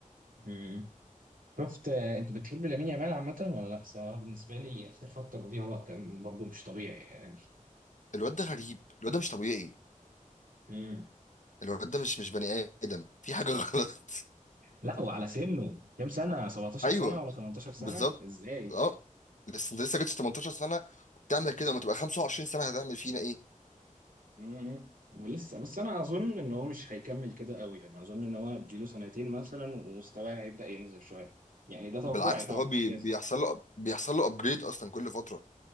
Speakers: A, on the right; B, on the left.
A: م. شفت آه، انت بتحب لامين يامال عامه ولا لا؟ صراحه بالنسبه لي اخر فتره دي هو كان برضه مش طبيعي يعني
B: الواد ده غريب الواد ده مش طبيعي
A: م.
B: الواد ده مش مش بني ادم في حاجه <laughs> غلط
A: لا وعلى سنه كام سنه 17
B: ايوه
A: سنه ولا 18 سنه
B: بالظبط
A: ازاي
B: اه لسه انت لسه جبتش 18 سنه وبتعمل كده لما تبقى 25 سنه هتعمل فينا ايه
A: مم. ولسه بس انا اظن ان هو مش هيكمل كده قوي يعني اظن ان هو اديله سنتين مثلا ومستواه هيبدأ ينزل شويه يعني ده توقعي
B: بالعكس
A: طبعا
B: ده هو بي...
A: مش لازم
B: بيحصل له بيحصل له ابجريد اصلا كل فتره